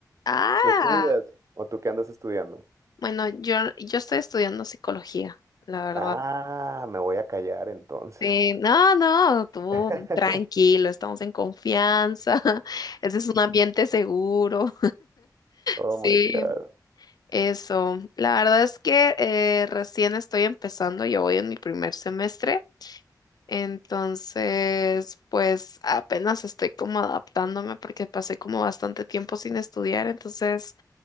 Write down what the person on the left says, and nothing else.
Ah,
bueno, yo, yo estoy estudiando psicología, la verdad.
Sí, no, no, tú
tranquilo, estamos en confianza. <laughs> Ese es un ambiente seguro.
Sí,
eso. La verdad es que eh, recién estoy empezando, yo voy en mi primer semestre, entonces pues apenas estoy como adaptándome porque pasé como bastante tiempo sin estudiar, entonces